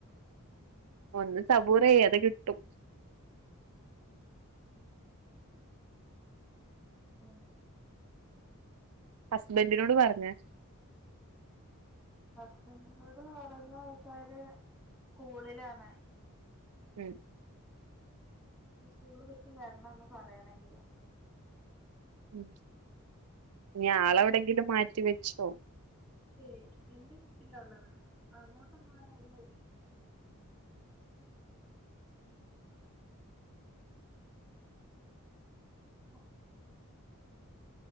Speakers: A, on the right (about 85°); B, in the centre.
A: ഒന്ന് സബൂറയ്യ്യാ അത് കിട്ടും
B: <unintelligible> ഉം
A: ഹസ്ബൻ്റിനോട് പറഞ്ഞാ
B: ഹസ്ബൻ്റിനോട് പറഞ്ഞാ ആൾക്കാര് സ്കൂളിലാണ്
A: ഉം
B: നി സ്കൂള് വിട്ട് വെരണം ഒന്ന് പറയണെങ്കില്
A: ഉം ഇനി ആള് എവടെങ്കിലും മാറ്റി വെച്ചോ
B: യെ എന്റെ വീട്ടിലാ ഒള്ളത് അങ്ങോട്ട് പോൻ ഒര് വഴിയും ഇല്ലാ <unintelligible>